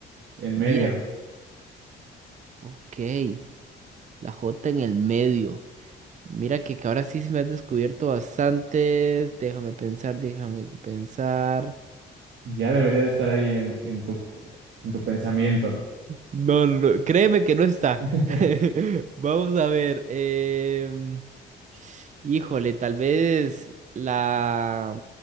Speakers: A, on the right (about 70°); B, on the right (about 40°).
A: en
B: Mira,
A: medio.
B: ok. La J en el medio. Mira que, que ahora sí se me has descubierto bastante. Déjame pensar, déjame pensar.
A: Ya debería de estar ahí en, en tu, en tu pensamiento.
B: No, no, no, créeme que no está.
A: <laughs>
B: <laughs> Vamos a ver. em, Híjole, tal vez la...